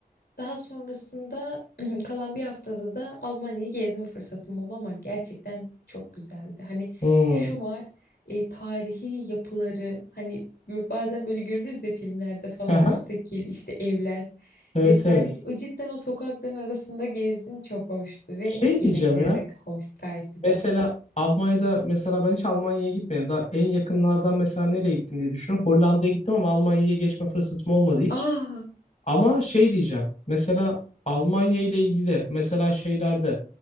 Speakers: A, on the left; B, on the left.
A: Daha sonrasında <clears throat> kalan bir haftada da Almanya'yı gezme fırsatım oldu ama gerçekten çok güzeldi. Hani
B: Hmm.
A: şu var, e, tarihi yapıları hani bö- bazen böyle görürüz de filmlerde falan
B: Aha.
A: müstakil işte evler
B: Evet
A: vesaire.
B: evet.
A: O cidden o sokakların arasında gezdim çok hoştu ve
B: Şey
A: yemekleri
B: diyeceğim ya.
A: de hoş, gayet güzeldi.
B: Mesela Almanya'da mesela ben hiç Almanya'ya gitmedim. Daha en yakınlardan mesela nereye gittim diye düşünüyorum. Hollanda'ya gittim ama Almanya'ya geçme fırsatım olmadı hiç.
A: Aa
B: Ama şey diyeceğim. Mesela Almanya ile ilgili mesela şeylerde